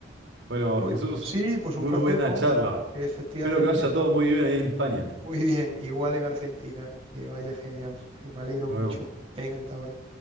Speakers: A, on the right (about 70°); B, on the right (about 30°).
A: Bueno,
B: Oye,
A: Jesús,
B: sí, pues
A: muy
B: un placer,
A: buena
B: Juanma.
A: charla.
B: Efectivamente.
A: Espero que vaya todo muy bien ahí en España.
B: Muy bien, igual en Argentina. Que vaya genial. Me alegro
A: Nos
B: mucho.
A: vemos.
B: Venga, hasta ahora.